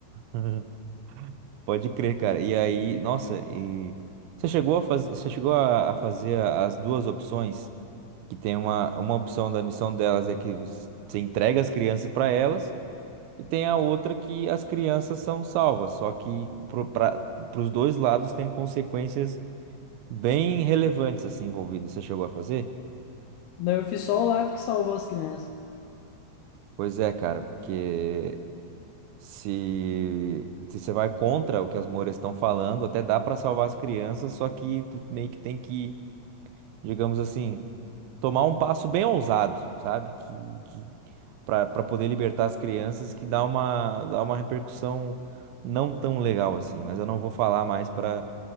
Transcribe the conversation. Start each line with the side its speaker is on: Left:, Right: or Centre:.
Right: <laughs> Pode crer, cara. E aí, nossa, e você chegou a fazer, você chegou a, a fazer a- as duas opções, que tem uma, uma opção da missão delas é que você você entrega as crianças para elas, e tem a outra que as crianças são salvas, só que para os dois lados tem consequências bem relevantes assim envolvidas. Você chegou a fazer?
Left: Não, eu fiz só o lado que salvou as crianças.
Right: Pois é, cara, porque se, se você vai contra o que as Moras estão falando, até dá para salvar as crianças, só que tu meio que tem que, digamos assim, tomar um passo bem ousado, sabe? Que, que para poder libertar as crianças, que dá uma dá uma repercussão não tão legal assim, mas eu não vou falar mais para